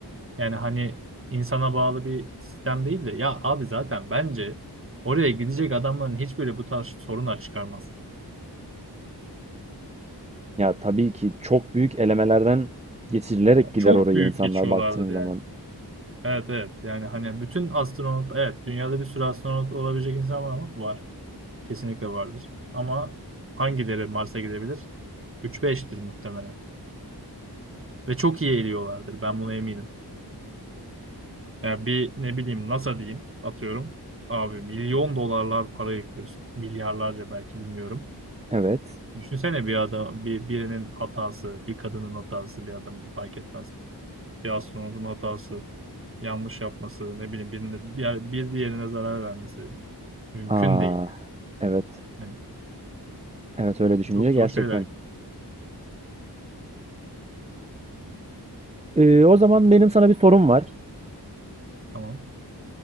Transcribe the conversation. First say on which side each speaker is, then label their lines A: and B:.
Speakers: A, on the right; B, on the right.
A: Yani hani insana bağlı bir sistem değil de ya abi zaten bence oraya gidecek adamların hiçbiri bu tarz sorunlar çıkarmaz.
B: Ya tabii ki çok büyük elemelerden geçirilerek
A: Ya
B: gider
A: çok
B: oraya
A: büyük
B: insanlar
A: geçiyorlardı
B: baktığın zaman.
A: yani. Evet evet yani hani bütün astronot evet dünyada bir sürü astronot olabilecek insan var mı? Var. Kesinlikle vardır. Ama hangileri Mars'a gidebilir? 3-5'tir muhtemelen. Ve çok iyi eğiliyorlardır ben buna eminim. Ya bir ne bileyim NASA diyeyim atıyorum. Abi milyon dolarlar para yakıyorsun. Milyarlarca belki bilmiyorum.
B: Evet.
A: Düşünsene bir adam, bir birinin hatası, bir kadının hatası, bir adamın fark etmez. Bir astronotun hatası, yanlış yapması, ne bileyim birine, bir, bir diğerine zarar vermesi mümkün
B: Aa,
A: değil.
B: evet.
A: Yani
B: Evet öyle düşününce
A: çok
B: gerçekten.
A: zor şeyler.
B: Ee, o zaman benim sana bir sorum var.
A: Tamam.